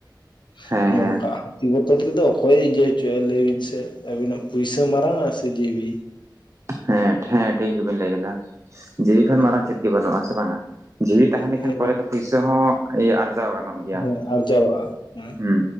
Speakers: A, on the left; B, on the right.
A: <inaudible>
B: ᱦᱮᱸ
A: ᱱᱚᱝᱠᱟ
B: ᱦᱮᱸ
A: ᱾ ᱵᱚᱛᱚᱨ ᱛᱮᱫᱚ ᱚᱠᱚᱭᱮ ᱤᱭᱟᱹ ᱦᱚᱪᱚᱜ-ᱟ ᱞᱟᱹᱭ ᱵᱤᱱ ᱥᱮ ᱟᱵᱤᱱᱟᱜ ᱯᱩᱭᱥᱟᱹ ᱢᱟᱨᱟᱝᱟ ᱥᱮ ᱡᱤᱣᱤ ᱾
B: ᱦᱮᱸ ᱦᱮᱸ ᱴᱷᱤᱠ ᱜᱮᱵᱤᱱ ᱞᱟᱹᱭ ᱠᱮᱫᱟ ᱡᱤᱣᱤ ᱠᱷᱚᱱ
A: ᱦᱮᱸ
B: ᱢᱟᱨᱟᱝ ᱪᱮᱫ ᱜᱮ ᱵᱟᱹᱱᱩᱜ-ᱟ ᱥᱮ ᱵᱟᱝᱟ ᱾ ᱡᱤᱣᱤ
A: ᱪᱮᱫ
B: ᱛᱟᱦᱮ ᱞᱮᱠᱷᱟᱱ
A: ᱜᱮ
B: ᱯᱚᱨᱮ ᱛᱮ ᱯᱩᱭᱥᱟᱹ ᱦᱚᱸ ᱤᱭᱟᱹ ᱟᱨᱡᱟᱣ ᱜᱟᱱᱚᱜ ᱜᱮᱭᱟ
A: ᱦᱳᱭ ᱟᱨᱡᱟᱣᱚᱜ-ᱟ ᱦᱮᱸ
B: ᱦᱩᱸ
A: ᱾